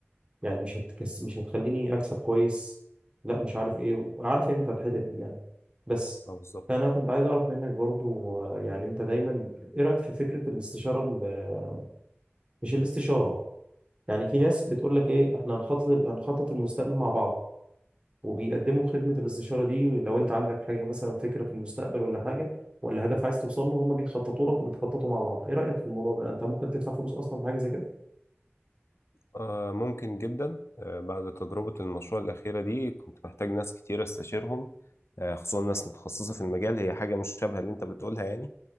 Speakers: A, on the right; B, on the left.
A: يعني مش هتكس مش هتخليني اكسب كويس لا مش عارف ايه وعارف انت الحتت دي يعني بس
B: اه بالظبط
A: فانا كنت عايز اعرف منك برضو آه، يعني انت دايما ايه رايك في فكره الاستشاره ال- مش الاستشاره يعني في ناس بتقول لك ايه احنا هنخطط هنخطط المستقبل مع بعض وبيقدموا خدمه الاستشاره دي لو انت عندك حاجه مثلا فكره في المستقبل ولا حاجه ولا هدف عايز توصل له هم بيخططوا لك وبتخططوا مع بعض ايه رايك في الموضوع ده انت ممكن تدفع فلوس اصلا في حاجه زي كده
B: آه ممكن جدا آه بعد تجربة المشروع الأخيرة دي كنت محتاج ناس كتير استشيرهم آه خصوصا ناس متخصصة في المجال هي حاجة مشابهة اللي أنت بتقولها يعني